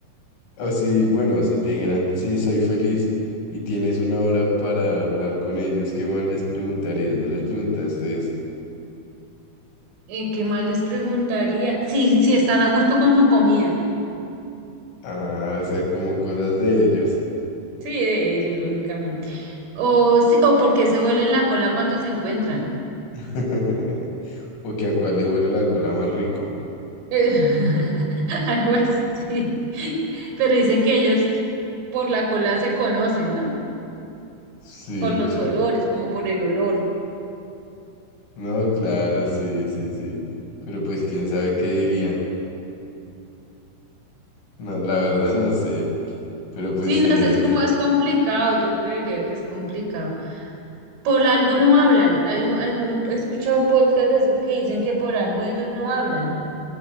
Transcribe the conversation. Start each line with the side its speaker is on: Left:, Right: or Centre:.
Left: O si, bueno, si te dijeran sí, soy feliz y tienes una hora para hablar con ellos, ¿qué más les preguntarías? Ya les preguntaste eso.
Right: Eh, ¿qué más les preguntaría? Sí, si están a gusto con su comida.
Left: Ah, o sea, como cosas de ellos.
Right: Sí, de ellos, lógicamente. O, sí, o porque se huelen la cola cuando se encuentran.
Left: <laughs> O que a cuál le huele la cola más rico.
Right: Eh, <laughs> algo así. Pero dicen que ellos por la cola se conocen, ¿no?
Left: Sí,
Right: Por los
Left: claro.
Right: olores, como por el olor.
Left: No, claro, sí, sí, sí. Pero pues quién sabe qué dirían. No, la verdad
Right: Sí.
Left: no sé. Pero pues
Right: Sí,
Left: sería
Right: no sé, es
Left: inter...
Right: como es complicado, yo creería que es complicado. Por algo no hablan. Hay un- algún, he escuchado un podcast de esos que dicen que por algo ellos no hablan.